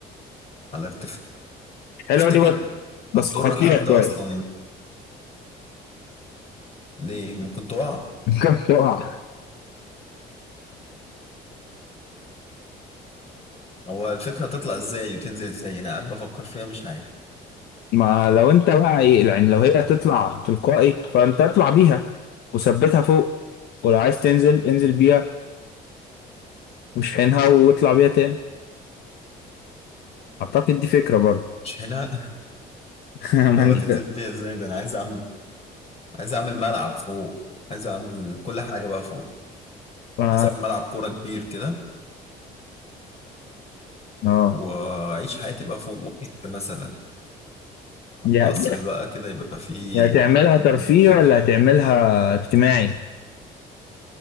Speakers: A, on the left; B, on the left.
A: على ارتفاع
B: حلوه
A: تفتكر
B: دي بس بس
A: هتضر
B: خطيره
A: حد
B: شويه
A: أصلا
B: <laughs>
A: ليه ممكن تقع
B: ممكن تقع
A: هو الفكرة تطلع ازاي وتنزل ازاي انا قاعد بفكر فيها مش عارف
B: ما لو انت بقى ايه يعني لو هي تطلع تلقائي فانت اطلع بيها وثبتها فوق ولو عايز تنزل انزل بيها ومش حينها واطلع بيها تاني اعتقد دي فكرة برضه
A: مش هنا <laughs>
B: <laughs> ما
A: طب
B: انت
A: هتنزل بيها ازاي ده انا عايز اعمل عايز اعمل ملعب فوق عايز اعمل كل حاجة بقى فوق
B: ما
A: عايز اعمل ملعب كورة كبير كده
B: اه
A: واعيش حياتي بقى فوق وقت مثلا
B: يا-
A: قصر بقى كده يبقى فيه
B: يا هتعملها ترفيه
A: كتير
B: ولا هتعملها اجتماعي